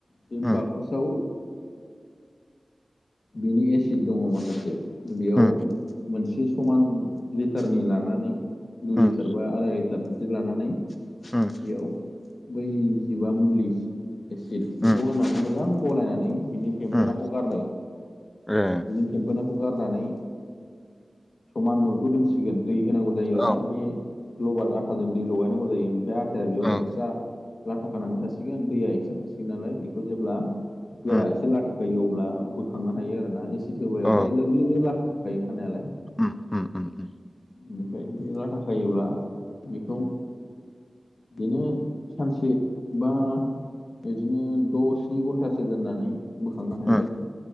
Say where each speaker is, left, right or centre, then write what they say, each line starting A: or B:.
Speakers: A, on the left; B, on the left.
A: बे
B: उम
A: बाकसाव बेनि एसिड दङ माखासे बेयाव
B: उम
A: मोनसे समान लिटारनि लानानै दुइ
B: उम
A: लिटार बा आराय लिटार बिदि लानानै बेयाव
B: उम
A: बै जिबा मुलि एसिद बेखौ
B: उम
A: होनानै मोजां गलायनानै बिनि फेम्फोनाखौ
B: उम
A: गारनाय
B: ए
A: बिनि फेंफोनाखौ गारनानै समाननो बेखौ दोनसिगोन दै होनांगौ जायो आर
B: औ
A: ना बे लबार आथाजों दै लगायनांगौ जायो ओमफ्राय आटाया बेयाव
B: उम
A: एक्सट्रा लाथा खानानै थासिगोन दैया एक्स्रा थासिगोन नालाय बेखौ जेब्ला गोरा
B: उम
A: एसे लाथा खायो अब्ला बोखांनो हायो आरोना एसिड होबायबथाय
B: अ
A: लोगो लोगो लाथााखाखायो खानायालाय
B: उ उ
A: बेनिफ्राय बे लाथा खायोब्ला बेखौ बिनो सानसे बा बिदिनो द' स्नि घन्टासो दोननानै बोखांनो
B: उम
A: हायो आरो